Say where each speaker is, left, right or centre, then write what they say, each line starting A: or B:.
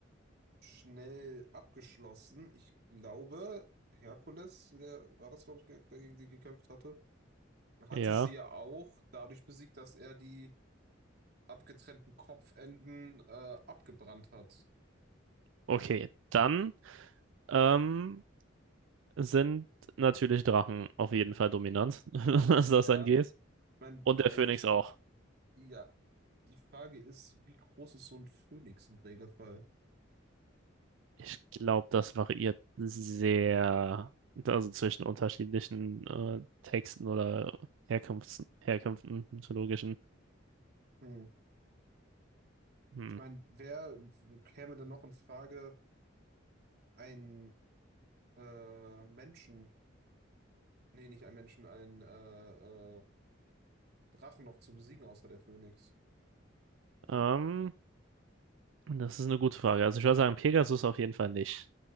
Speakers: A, on the right; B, on the right.
A: schnell abgeschlossen. Ich glaube, Herkules, der war das, glaube ich, ge- der gegen sie gekämpft hatte, hatte
B: Ja,
A: sie ja auch dadurch besiegt, dass er die abgetrennten Kopfenden äh, abgebrannt hat.
B: okay. Dann ähm, sind natürlich Drachen auf jeden Fall dominant, <laughs> was das
A: Ja,
B: angeht.
A: ich mein,
B: Und
A: ich
B: der
A: weiß
B: Phönix
A: nicht.
B: auch.
A: Ja, die Frage ist, wie groß ist so ein Phönix im Regelfall?
B: Ich glaube, das variiert sehr, also zwischen unterschiedlichen äh, Texten oder Herkunfts Herkünften, mythologischen.
A: Hm.
B: Hm.
A: Ich meine, wer w- käme denn noch in Frage, einen äh, Menschen? Nee, nicht ein Menschen, einen äh, äh, Drachen noch zu besiegen, außer der Phönix.
B: Ähm, Das ist eine gute Frage. Also ich würde sagen, Pegasus auf jeden Fall nicht.